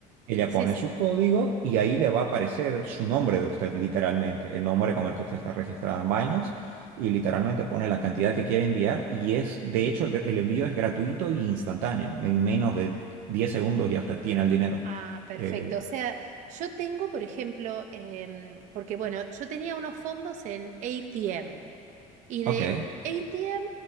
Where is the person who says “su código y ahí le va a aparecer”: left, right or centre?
Right